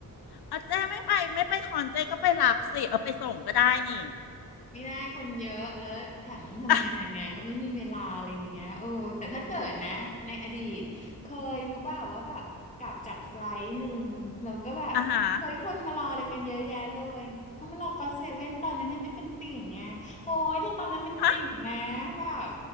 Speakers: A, on the left; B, on the left.
A: เอาเจ้ไม่ไปไม่ไปคอนเจ้ก็ไปรับสิเอาไปส่งก็ได้นี่
B: ไม่ได้คนเยอะแล้วแถมต้องทำงานไงก็ไม่มีเวลาอะไรอย่างเงี้ยเออแต่ถ้าเกิดนะในอดีตเคยรู้ป่าวว่าแบบกลับจากไฟลท์หนึ่งเราก็แบบเฮ้ยคนมารออะไรกันเยอะแยะเลยเขามารอก็อตเซเว่นตอนนั้นยังไม่เป็นติ่งไงโอ้ยแต่ตอนนั้นเป็นติ่งนะแบบ
A: <laughs> อ่ะอ่าฮะฮะ